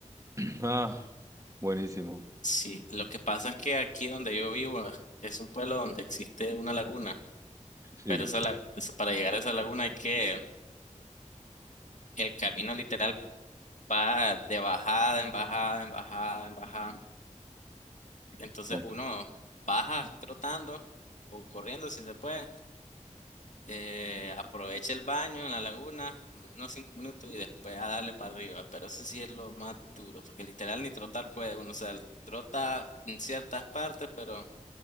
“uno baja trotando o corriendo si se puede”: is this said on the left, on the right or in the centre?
Left